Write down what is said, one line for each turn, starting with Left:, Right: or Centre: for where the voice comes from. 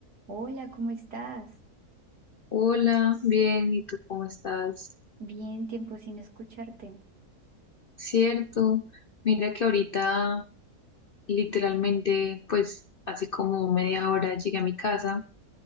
Right: Hola, ¿cómo estás?
Left: Hola, bien, ¿y tú cómo estás?
Right: Bien, tiempo sin escucharte.
Left: Cierto, mira que ahorita literalmente, pues hace como media hora llegué a mi casa